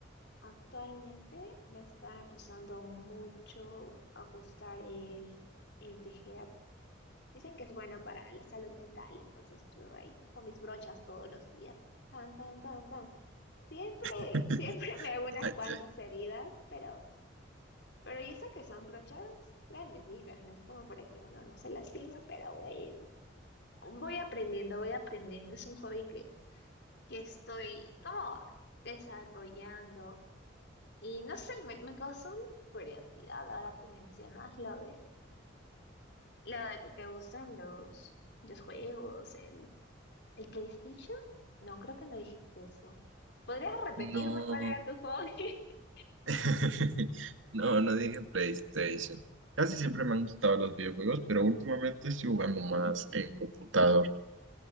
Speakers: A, on the left; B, on the right.
A: actualmente me está empezando mucho a gustar el, el tejer. Dicen que es bueno para la salud mental, entonces yo ahí con mis brochas todos los días. Tan, tan, tan, tan. Siempre,
B: <laughs>
A: <laughs> siempre me hago unas
B: Ay,
A: cuantas
B: ya.
A: heridas, pero, pero y eso que son brochas grandecitas, no es como para que uno no se lastime, pero bueno. Voy aprendiendo, voy aprendiendo. Es un hobby que, que estoy como desarrollando. Y no sé, me, me causó una curiosidad ahora que mencionas lo de, lo de que te gustan los, los juegos, el ¿El PlayStation? No, creo que no dijiste eso. ¿Podrías repetirme
B: No,
A: cuál era tu hobby? <laughs>
B: <laughs> no, no dije PlayStation. Casi siempre me han gustado los videojuegos, pero últimamente estoy jugando más en computador.